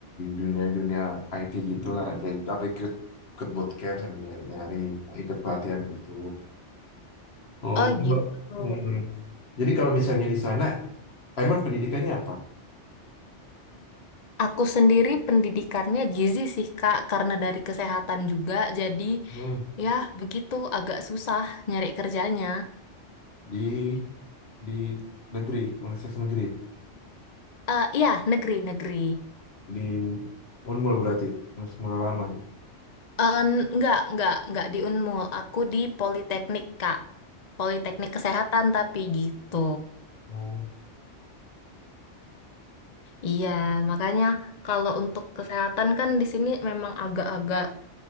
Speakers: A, on the left (about 60°); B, on the left (about 40°).
A: dunia-dunia IT gitulah jadi tapi ikut ikut bootcamp sama nyari, nyari ikut pelatihan gitu Oh,
B: Oh
A: Mbak.
B: gitu.
A: Mm-mm. Jadi kalau misalnya di sana emang pendidikannya apa
B: Aku sendiri pendidikannya gizi sih Kak, karena dari kesehatan juga, jadi
A: hmm.
B: ya begitu agak susah nyari kerjanya.
A: di di negeri universitas negeri
B: Eh iya, negeri-negeri.
A: di Unmul berarti Universitas warman
B: Eh n- enggak, enggak, enggak di Unmul, aku di Politeknik Kak. Politeknik Kesehatan tapi gitu.
A: Oh,
B: Iya, makanya kalau untuk kesehatan kan di sini memang agak-agak